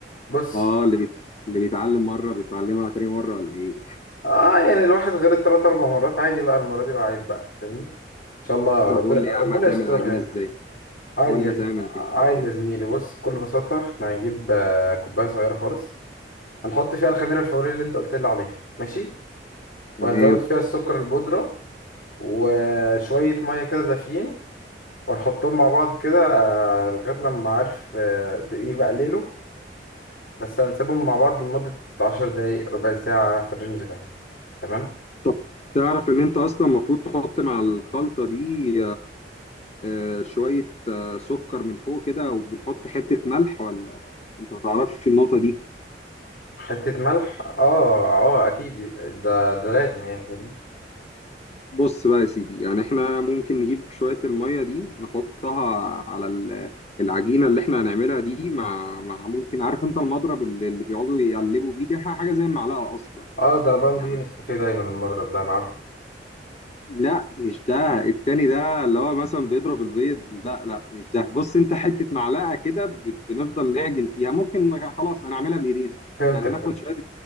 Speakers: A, on the left; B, on the left.
A: بص
B: اه اللي بيت... اللي بيتعلم مره بيتعلمها تاني مره ولا ايه
A: اه يعني الواحد غير التلات اربع مرات عادي بقى المرة دي بقى عيب بقى فاهمني ان شاء الله
B: طب
A: ربنا
B: قول
A: ربنا
B: لي يا عم هتعمل
A: يسترها
B: العجينه
A: يعني
B: ازاي
A: عادي
B: قول
A: يا
B: لي
A: زم...
B: هتعمل
A: عادي
B: العجينه ازاي
A: يا زميلي بص بكل بساطة احنا هنجيب آه، كوباية صغيرة خالص هنحط فيها الخميرة الفورية اللي انت قلت لي عليها ماشي
B: تمام
A: وهنزود فيها السكر البودرة وشوية مية كده دافيين وهنحطهم مع بعض كده آه، لغاية لما عارف آه، ت- يبقى ليله بس هنسيبهم مع بعض لمدة عشر دقايق ربع ساعة في الرينج ده تمام
B: طب تعرف ان انت اصلا المفروض تحط مع الخلطه دي آه، شويه آه، سكر من فوق كده وبنحط حته ملح ولا انت ما تعرفش النقطه دي
A: حتة ملح اه اه اكيد ده ده لازم يعني فاهمني؟
B: بص بقى يا سيدي يعني احنا ممكن نجيب شويه الميه دي نحطها على ال- العجينه اللي احنا هنعملها دي مع مع ممكن عارف انت المضرب اللي اللي بيقعدوا يقلبوا بيه ده حاجه زي المعلقه اصلا
A: اه ده انا بعمل
B: يعني
A: بيه نسكافيه دايما المضرب ده انا عارفه
B: لا مش ده التاني ده اللي هو مثلا بيضرب البيض لا لا مش ده بص انت حتة معلقة كده ب- بنفضل نعجن فيها ممكن خلاص هنعملها بإيدينا
A: فهمتك
B: يعني ناخد
A: فهمت
B: شوية